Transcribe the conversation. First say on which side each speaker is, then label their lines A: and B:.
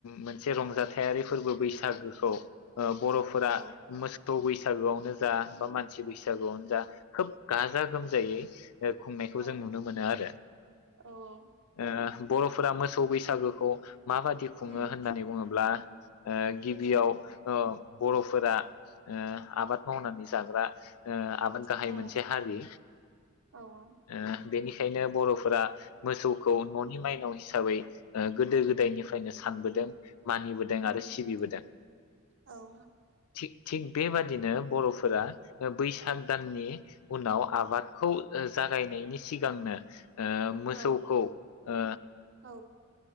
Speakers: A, on the left; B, on the right.
A: मोनसे रंजाथायारि फोरबो बैसागोखौ ओ बरफोरा
B: औ
A: मोसौ बैसा सागुआवनो जा बा मानसि बैसागुआवनो जा खोब गाजा गोमजायै ओ खुंनायखौ
B: औ
A: जों नुनो मोनो आरो
B: औ औ
A: ओ बरफोरा मोसौ बैसागोखौ माबायदि खुङो
B: उम
A: होननानै बुङोब्ला ओ गिबियाव
B: उम
A: ओ बर फोरा ओ आबाद मावनानै जाग्रा ओ आबाद गाहाय
B: औ
A: मोनसे हारि
B: औ
A: ओ बेनिखायनो बर फोरा मोसौखौ ननि माइनाव हिसाबै ओ गोदो गोदायनिफ्रायनो सानबोदों मानिबोदों
B: उम
A: आरो सिबिबोदों
B: औ
A: थिग थिग बेबादिनो बर फोरा बैसाग दाननि उनाव आबादखौ जागायनायनि सिगांनो ओ मोसौखौ
B: औ
A: ओ
B: औ